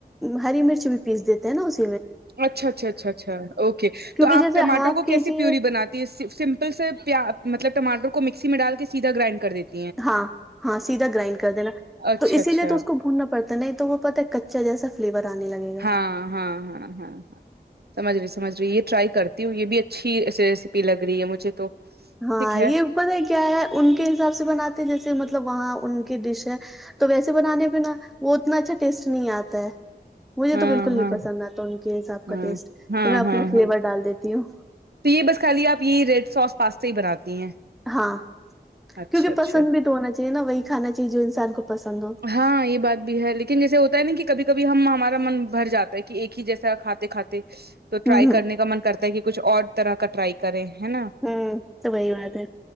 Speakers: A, in the centre; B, on the right (about 70°).
A: ہری مرچ بھی پیس دیتے ہیں نا اس
B: اچھا اچھا اچھا اچھا اوکے
A: کیونکہ
B: تو آپ
A: جیسے
B: ٹماٹر
A: ہاف
B: کو
A: کے
B: کیسے
A: جی
B: پیوری
A: ہے
B: بنات س سمپل سے پیا مطلب ٹماٹر کو مکسی میں ڈال کے سیدھا گرائنڈ کر دیتے
A: ہاں ہاں سیدھا گرائنڈ کر دینا
B: اچھا
A: تو اسی
B: اچھا
A: لیے تو اس کو بھوننا پڑتا ہے نہیں تو وہ پتا ہے چلے ایسا فلیور آنے لگے گا
B: ہاں ہاں ہاں ہاں ہاں سمجھ رہی سمجھ رہی یہ ٹرائی کرتی ہوں یہ بھی اچھی ریسیپی لگ رہی ہے مجھے تو
A: ہاں
B: ٹھیک ہے
A: یہ بت کیا ہے ان کے حساب سے بناتے ہیں جیسے مطلب وہاں ان کی ڈش ہے تو ویسے بنانے پہ نا وہ اتنا اچھا ٹیسٹ نہیں آتا ہے مجھے
B: ہاں
A: تو بالکل نہیں
B: ہاں
A: پسند آتا ان کے حساب کا
B: ہاں
A: ٹیسٹ
B: ہاں
A: تو میں اپنے
B: ہاں
A: فلیور
B: ہاں
A: ڈال دیتی ہوں
B: تو یہ بس خالی آپ یہی ریڈ سوس پاستا ہی بناتی ہیں
A: ہاں
B: اچھا
A: کیونکہ
B: اچھا
A: پسند بھی تو ہونا چاہیے نا وہی کھانا چاہیے جو انسان کو پسند ہو
B: ہاں یہ بات بھی ہے لیکن جیسے ہوتا ہے نا کہ کبھی کبھی ہم ہمارا من بھر جاتا ہے کہ ایک ہی جیسا کھاتے کھاتے تو ٹرائی
A: ہوں ہوں
B: کرنے کا من کرتا ہے کہ کچھ اور طرح کا ٹرائی کریں ہے نا
A: ہ تو وہی بات ہے